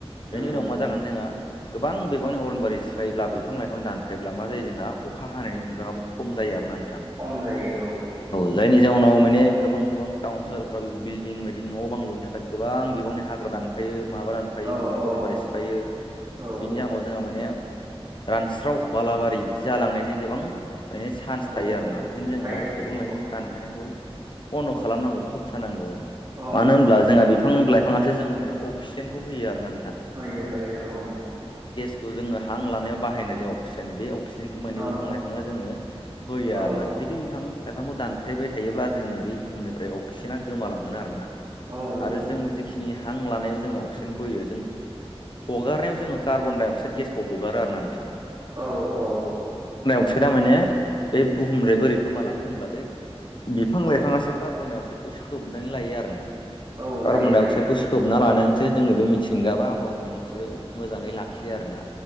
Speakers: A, on the right (about 45°); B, on the left (about 50°).
A: नंगौ
B: बेनि उनाव
A: नंगौ
B: मा जागोन जोंहा गोबां बिबांनि अरनबारि सिफायोब्ला बिफां लाइफां दानफायोब्ला मा जायो जोंहा अखा हानायनि बिबाङाबो खम जायो आरोना। नोंथां
A: खम जायो औ।
B: जायनि जाउनाव माने गोबां गोबां टाउन सोहोरफ्राव बिल्डिं बायदि न' बां लुनो थाखाय गोबां बिबांनि हा हाग्रा दानफायो माबा दानफायो
A: औ
B: बिदिनो
A: औ
B: अरनबारि सिफायो।
A: औ
B: बिनि जाहोनाव जोंहा माने रानस्राव बालाबारि बिदि जालांनायनि गोबां माने सान्स
A: औ
B: थायो आरोना बेखायनो जोङो
A: थायो थायो
B: बिफां
A: थायो
B: लाइफां दानफायनायखौ बन्द' खालामनांगौ बा होबथानांगौ
A: औ
B: मानो होनब्ला जोंहा बिफां लाइफाङासो जोंनो माने अक्सिजेनखौ होयो आरोना नों
A: होयो होयो औ।
B: थ' जोङो हां लानायाव बाहायनाय जे अक्सिजेन बे अक्सिजेनखौ माने
A: औ
B: बिफां लाइफाङा जोंनो होयो
A: औ
B: आरोना जुदि बे बिफां लाइफांखौ दानफायबाय थायोब्ला जोंनि बे बुहुमनिफ्राय अक्सिजेना गोमालांगोन आरोना।
A: औ नंगौ
B: आरो जों जिखिनि हां लानायाव जों अक्सिजेन बोयो जों बिथि हगारनायाव जोङो कार्बन डाइ अक्साइद गेसखौ हगारो आरोना नोंथां।
A: औ औ।
B: फिसोरा माने बे बुहुमनिफ्राय बोरै गोमालाङो होनब्ला बे बिफां लाइफाङासो कार्बन डाइ अक्साइडखौ सोबनानै लायो आरोना।
A: औ
B: कार्बन
A: लायो
B: डाइ
A: लायो
B: अक्सायदखौ
A: औ
B: सोबना लानो बिसोर जोंनि बे मिथिंगाबा आबहावाखौ माने बिसोरो मोजाङै लाखियो आरो ना।